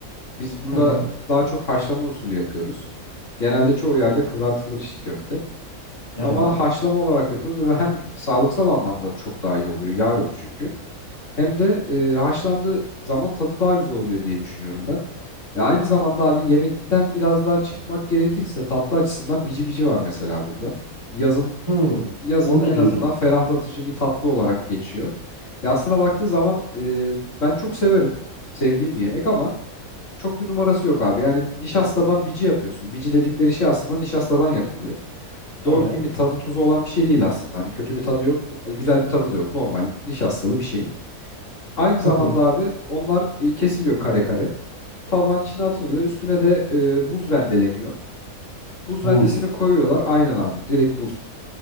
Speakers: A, on the left; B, on the left.
A: Biz burada
B: Hı hı.
A: daha çok haşlama usulü yapıyoruz. Genelde çoğu yerde kızartılır içli köfte.
B: Evet.
A: Ama haşlama olarak yapıyoruz ve hem sağlıksal anlamda çok daha iyi oluyor. Yağ yok çünkü. Hem de e, haşlandığı zaman tadı daha güzel oluyor diye düşünüyorum ben. Ve aynı zamanda abi yemekten biraz daha çıkmak gerekirse tatlı açısından bici bici var mesela burada. Yazın
B: Hmm.
A: yazın
B: Onu
A: en
B: da duydum.
A: azından ferahlatıcı bir tatlı olarak geçiyor. Ya aslına baktığı zaman e, ben çok severim. Sevdiğim bir yemek ama çok bir numarası yok abi. Yani nişastadan
B: Yani
A: bici yapıyorsun. Bici dedikleri şey aslında nişastadan yapılıyor doğru
B: Evet.
A: düzgün bir tadı tuzu olan bir şey değil aslında. Hani kötü bir tadı yok, güzel bir tadı da yok. Normal nişastalı bir şey. Aynı zamanda
B: Hı hı.
A: abi onlar e, kesiliyor kare kare. Tabağın içine atılıyor. Üstüne de e, buz rendeleniyor. Buz
B: Buz.
A: rendesini koyuyorlar. Aynen abi. Direkt buz.